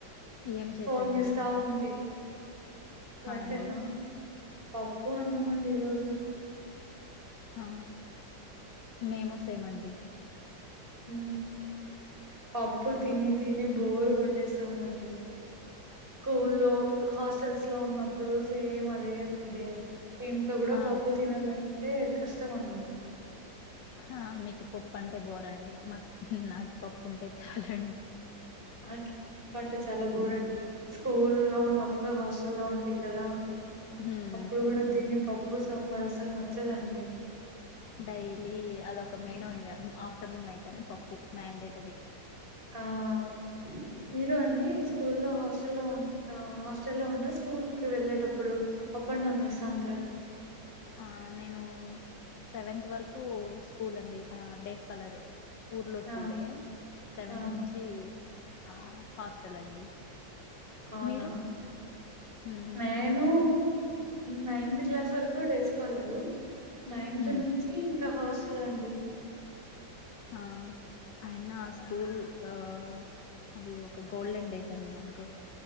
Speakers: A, on the left; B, on the right.
A: ఏం చేశారండి
B: ఫోన్ చూస్తా
A: వంట
B: ఉంటి వంటనా.
A: ఆ అండి
B: ప ప్పు అన్నమండి ఈ రోజు.
A: ఆ
B: హ్మ్.
A: మేము సేమండి.
B: హ్మ్ పప్పు
A: మేము కూడా
B: తిని తిని బోర్ కొట్టేస్తానండి. స్కూల్లో హాస్ హాస్టల్స్ లో ఉన్నప్పుడు సేమ్ అదే ఫుడ్డే. ఇంట్లో కూడ
A: ఆ
B: పప్పు తినాలంటే, కష్టమండి
A: ఆ మీకు పప్పు అంటే బోరా అండి. మక్ నాకు పప్పు ఉంటే చాలండి.
B: ఆ పప్పంటే చాలా బోరండి స్కూల్లో ఉన్నప్పుడు హాస్టల్లో ఉంటి కదా.
A: హ్మ్.
B: అప్పుడు కూడ తిని పప్ ప్పు సాంబారు అసలు నచ్చదండి.
A: డైలీ అదొక మెనూ ఇంగ ఆఫ్ ఆఫ్టేర్నూన్ అయితానే పప్పు మ్యాండేటరీ
B: ఆ మీరు అండీ స్కూల్లో హాస్టల్లో ఉంట హాస్టల్లో ఉంట్ర స్కూల్ కి వెళ్ళేటప్పుడు అప్ అండ్ డౌన్ చేస్తా ఉంట్రా?
A: ఆ నేను సెవెంత్ వరకు స్కూల్ అండి ఆ డేస్ కలరే ఊర్లో
B: ఆ!
A: స్కూల్లే సెవెంత్
B: ఆ!
A: నుంచీ ఆ హాస్టల్ అండి.
B: అవునా
A: మీరు హ్మ్
B: నేనూ నైన్త్ క్లాస్ వరకు డేస్ కలరు, నైన్త్
A: హ్మ్
B: నుంచి ఇం క హాస్టల్ అండి.
A: ఆ అయినా ఆ స్కూల్ ఆ అవి ఒక గోల్డెన్ డేస్ అండి మనకు.